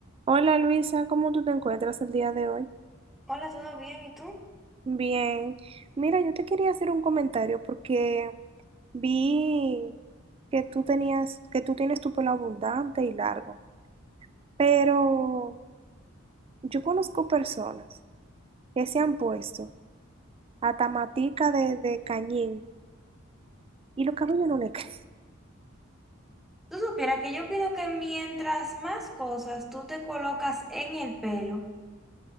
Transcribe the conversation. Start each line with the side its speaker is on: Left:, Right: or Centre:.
Right: Hola Luisa, ¿cómo tú te encuentras el día de hoy?
Centre: Hola, ¿todo bien? ¿Y tú?
Right: Bien, mira, yo te quería hacer un comentario porque vi que tú tenías, que tú tienes tu pelo abundante y largo, pero yo conozco personas que se han puesto hasta matica de, de cañín y los cabellos no le <laughs> crecen.
Centre: Tú supieras que yo opino que mientras más cosas tú te colocas en el pelo,